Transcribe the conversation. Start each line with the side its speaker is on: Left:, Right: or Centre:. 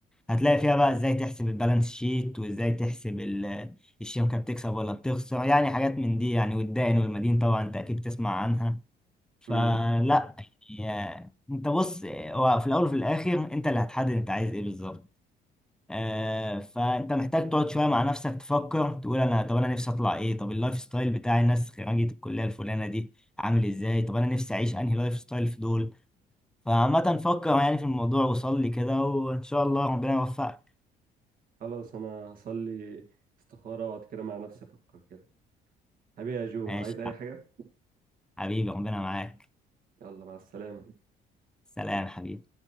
Centre: هتلاقي فيها بقى ازاي تحسب البالانس شيت وازاي تحسب ال- الشركه بتكسب ولا بتخسر يعني حاجات من دي يعني والدائن والمدين طبعا انت اكيد تسمع عنها فلا
Right: مم.
Centre: يعني آه، انت بص آه، هو في الاول وفي الاخر انت اللي هتحدد انت عايز ايه بالظبط آه فانت محتاج تقعد شويه مع نفسك تفكر تقول انا طب انا نفسي اطلع ايه طب اللايف ستايل بتاع الناس خريجه الكليه الفلانه دي عامل ازاي طب انا نفسي اعيش انهي لايف ستايل في دول فعامه فكر يعني في الموضوع وصلي كده وان شاء الله ربنا يوفقك
Right: خلاص انا هصلي استخارة واقعد كده مع نفسي افكر كده حبيبي يا جو
Centre: ماشي
Right: عايز اي
Centre: يا
Right: حاجة؟
Centre: حبيبي ربنا معاك
Right: يلا مع السلامة
Centre: سلام حبيبي